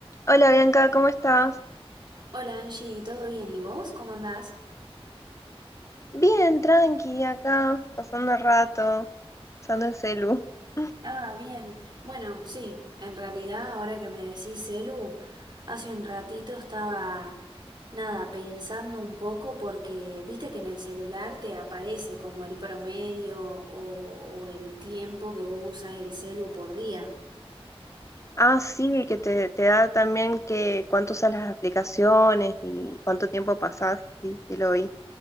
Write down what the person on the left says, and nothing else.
Hola Bianca, ¿cómo estás?
Bien, tranqui, acá, pasando el rato, usando el celu. <laughs>
Ah, sí, que te, te da también que cuánto usas las aplicaciones y cuánto tiempo pasás, sí, sí lo vi.